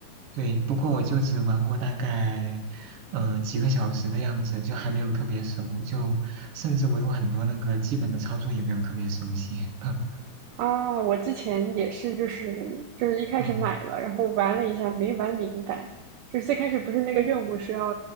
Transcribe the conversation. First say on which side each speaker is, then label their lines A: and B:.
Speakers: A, on the right; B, on the right.
A: 对，不过我就只玩过大概，呃，几个小时的样子，就还没有特别熟，就甚至我有很多那个基本的操作也没有特别熟悉。<laughs> 嗯
B: <laughs> 啊。我之前也是，就是就是一开始买了，
A: 嗯
B: 然后玩了一下，没玩明白，就是最开始不是那个任务是要